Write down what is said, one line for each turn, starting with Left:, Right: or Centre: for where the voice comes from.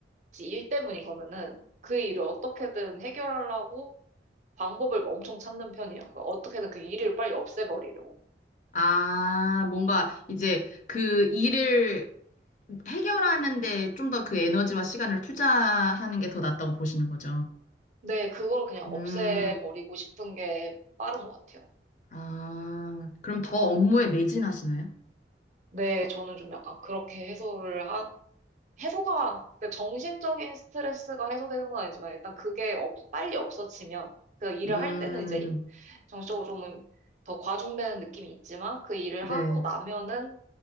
Right: 지 일 때문인 거면은 그 일을 어떻게든 해결하려고 방법을 엄청 찾는 편이에요. 그러니까 어떻게든 그 일을 빨리 없애버리려고.
Left: 아, 뭔가 이제 그 일을 해결하는데 좀 더 그 에너지와 시간을 투자하는 게 더 낫다고 보시는 거죠.
Right: 네, 그걸 그냥
Left: 음.
Right: 없애버리고 싶은 게 빠른 것 같아요.
Left: 아, 그럼 더 업무에 매진하시나요?
Right: 네, 저는 좀 약간 그렇게 해소를 한, 해소가, 그 정신적인 스트레스가 해소되는 건 아니지만 일단 그게 없, 빨리 없어지면 그 일을
Left: 음,
Right: 할 때는 이제 힘, 정신적으로 좀 더 과중되는 느낌이 있지만 그 일을
Left: 네.
Right: 하고 나면은